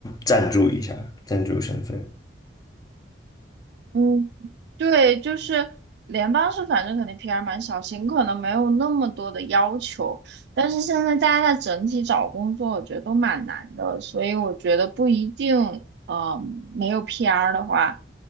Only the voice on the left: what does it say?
赞助一下，赞助身份。